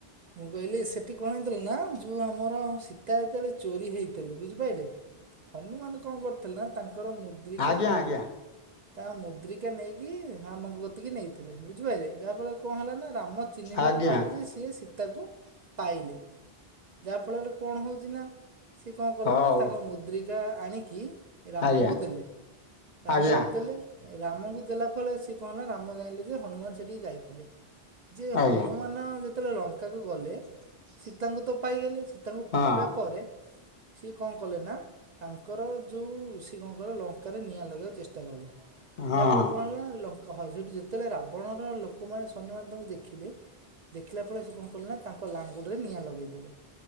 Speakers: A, on the right; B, on the left.
A: ମୁଁ କହିଲି ସେଠି କଣ ହେଇଥିଲା ନା ଯୋଉ ଆମର ସୀତା ଯେତେଳେ ଚୋରି ହେଇଥିଲେ ବୁଝିପାରିଲେ। ହନୁମାନ କଣ କରୁଥିଲେ ତାଙ୍କର ମୁଦ୍ରିକା
B: ଆଜ୍ଞା ଆଜ୍ଞା
A: ତା ମୁଦ୍ରି କା ନେଇକି ରାମକ ଗତିକି ନେଇଥିଲେ ବୁଝିପାରିଲେ। ଯାହା ଫଳରେ କଣ ହେଲା ନା ରାମ ଚିହ୍ନିବାକୁ
B: ଆଜ୍ଞା
A: ପାଇଲି ଯେ ସିଏ ସି ତାକୁ ପାଇଲେ ଯାହା ଫଳରେ କଣ ହଉଛି ନା ସେ କଣ କଲେ
B: ହଉ
A: ନା ତାଙ୍କ ମୁଦ୍ରିକା ଆଣିକି ରାମଙ୍କୁ
B: ଆଜ୍ଞା
A: ଦେଲେ ରାମଙ୍କୁ
B: ଆଜ୍ଞା
A: ଦେଲେ। ରାମକୁ ଦେଲା ଫଳେ ସେ କଣ ହେଲା ରାମ ଜାଇଁଲେ ଯେ ହନୁମାନ ସେଠିକି ଯାଇଥିଲେ। ଯେ
B: ଆଜ୍ଞା
A: ହନୁମାନ ଯେତେବେଳେ ଲଙ୍କାକୁ ଗଲେ ସୀତାଙ୍କୁ ତ ପାଇଗଲେ। ସୀତାଙ୍କୁ
B: ହଁ
A: ପାଇବା ପରେ ସିଏ କଣ କଲେ ନା ତାଙ୍କର ଯୋଉ ସିଏ କଣ କଲେ ଲଙ୍କାରେ ନିଆଁ ଲଗେଇବାକୁ ଚେଷ୍ଟା କଲେ।
B: ହଁ
A: ଯାହା ଫଳରେ କଣ ହେଲା ନା। ହ ସେଠି ଯେତେବେଳେ ରାବଣର ଲୋକମାନେ ସୈନ୍ୟମାନେ ତାଙ୍କୁ ଦେଖିଲେ ଦେଖିଲା ଫଳେ ସେ କଣ ତାଙ୍କ ଲାଙ୍ଗୁଡରେ ନିଆଁ ଲଗେଇଦେଲେ।